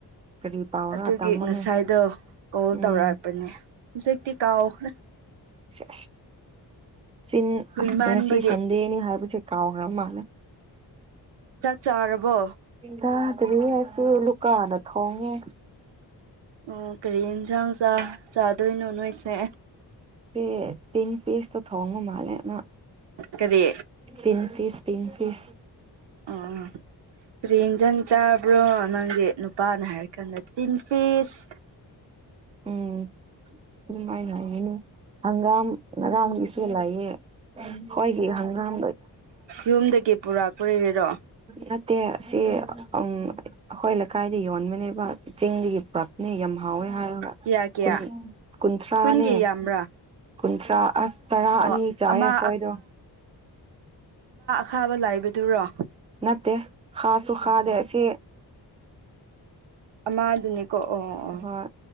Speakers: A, on the right; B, on the right.
A: ꯀꯔꯤ ꯄꯥꯎꯔꯥ
B: ꯑꯗꯨꯒꯤ
A: ꯇꯥꯃꯣꯅꯦ
B: ꯉꯁꯥꯏꯗꯣ ꯀꯣꯜ
A: ꯎꯝ
B: ꯇꯧꯔꯛꯄꯅꯦ ꯍꯧꯖꯤꯛꯇꯤ ꯀꯥꯎꯈ꯭ꯔꯦ꯫
A: ꯑꯁ ꯆꯤꯟ
B: ꯀꯨꯏꯃꯥꯟꯕꯒꯤ
A: ꯑꯁ ꯉꯁꯤ ꯁꯟꯗꯦꯅꯤ ꯍꯥꯏꯕꯁꯨ ꯀꯥꯎꯒ꯭ꯔ ꯃꯥꯜꯅꯦ
B: ꯆꯥꯛ ꯆꯥꯔꯕꯣ꯫
A: ꯆꯥꯥꯗ꯭ꯔꯤ ꯑꯩꯁꯤ ꯂꯨꯀꯥꯗ ꯊꯣꯡꯉꯦ꯫
B: ꯎꯝ ꯀꯔꯤ ꯌꯦꯟꯁꯥꯡ ꯆꯥꯗꯣꯏꯅꯣ ꯅꯣꯏꯁꯦ꯫
A: ꯁꯤ ꯇꯤꯟ ꯄꯤꯁꯇꯣ ꯊꯣꯡꯕ ꯃꯥꯂꯦ ꯑꯃ
B: ꯀꯔꯤ꯫
A: ꯇꯤꯟ ꯄꯤꯁ ꯇꯤꯟ ꯄꯤꯁ꯫
B: ꯑꯥ꯫ ꯀꯔꯤ ꯌꯦꯟꯖꯥꯡ ꯆꯥꯕ꯭ꯔꯣ ꯅꯪꯒꯤ ꯅꯨꯄꯥꯅ ꯍꯥꯏꯔ ꯀꯥꯟꯗ ꯇꯤꯟ ꯐꯤꯁ꯫
A: ꯎꯝ ꯑꯗꯨꯃꯥꯏꯅ ꯍꯥꯏꯒꯅꯨ ꯍꯪꯒꯥꯝ ꯉꯔꯥꯡꯒꯤꯁꯨ ꯂꯩꯌꯦ ꯑꯩꯈꯣꯏꯒꯤ ꯍꯪꯒꯥꯝ
B: ꯌꯨꯝꯗꯒꯤ ꯄꯨꯔꯥ ꯀꯨꯏꯔꯦꯔꯣ
A: ꯅꯠꯗꯦ ꯁꯤ ꯑꯩꯈꯣꯏ ꯂꯩꯀꯥꯏꯗ ꯌꯣꯟꯕꯅꯦꯕ ꯆꯤꯡꯗꯒꯤ ꯄ꯭ꯔꯞꯅꯦ ꯌꯥꯝ ꯍꯥꯎꯋꯦ ꯍꯥꯏꯔꯒ
B: ꯀꯌꯥ ꯀꯌꯥ
A: ꯀꯨꯟꯀꯨꯟꯊ꯭ꯔꯥꯅꯦ
B: ꯀꯨꯟꯒꯤ ꯌꯥꯝꯕ꯭ꯔꯥ
A: ꯀꯨꯟꯊ꯭ꯔꯥ ꯑꯁ ꯆꯔꯥ
B: ꯑꯣ
A: ꯑꯅꯤ ꯆꯥꯏ
B: ꯑꯃ
A: ꯑꯩꯈꯣꯏꯗꯣ꯫
B: ꯊꯥꯕ ꯂꯥꯏꯕꯗꯨꯔꯣ
A: ꯅꯠꯇꯦ ꯍꯁꯨ ꯍꯗꯦ ꯑꯁꯤ
B: ꯑꯃꯗꯨꯅꯤꯀꯣ ꯑꯣ ꯑꯣ
A: ꯍꯣꯏ